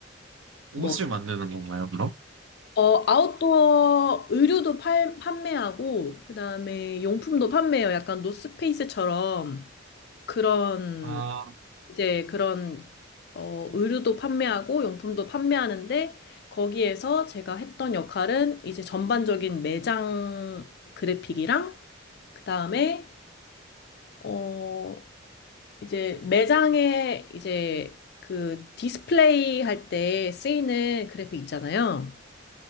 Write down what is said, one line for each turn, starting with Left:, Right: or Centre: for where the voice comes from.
Right: 옷을
Left: 뭐
Right: 만드는 건가요, 그럼?
Left: 어, 아웃도어 의류도 팔, 판매하고 그다음에 용품도 판매해요. 약간 노스페이스처럼 그런
Right: 아,
Left: 이제 그런 어, 의류도 판매하고 용품도 판매하는데 거기에서 제가 했던 역할은 이제 전반적인 매장 그래픽이랑 그 다음에, 어, 이제 매장에 이제 그 디스플레이 할 때 쓰이는 그래픽 있잖아요.